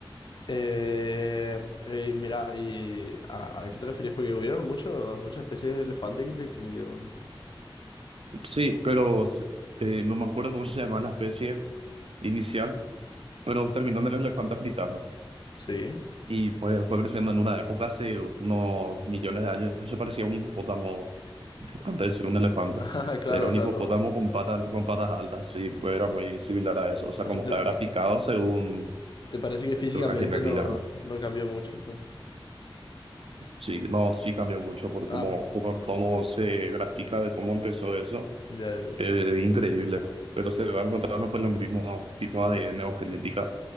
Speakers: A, on the left; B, on the right.
A: Eh, eh, mira, y ¿a, a qué te referís? Porque hubieron muchos, muchas especies de elefantes que se extinguieron.
B: Sí, pero eh, no me acuerdo cómo se llama la especie inicial, pero terminó en el elefante africano.
A: Sí. <laughs>
B: Y fue, fue creciendo en una época hace unos millones de años. Se parecía a un hipopótamo antes de ser un elefante.
A: Ah, claro,
B: Era un
A: o sea,
B: hipopótamo
A: no.
B: con patas, con patas altas, sí, pues era muy similar a eso. O sea,
A: O
B: como
A: sea, te-
B: está graficado según,
A: ¿Te parece que físicamente
B: según la genética.
A: no,
B: ¿no?
A: no cambió mucho? Mm.
B: Sí, no, sí cambió mucho por
A: Ah,
B: cómo, cómo, cómo se grafica de cómo empezó eso.
A: ya, ya,
B: Eh, Es increíble. Pero se van encontrando pues los mismos tipos de ADN o genética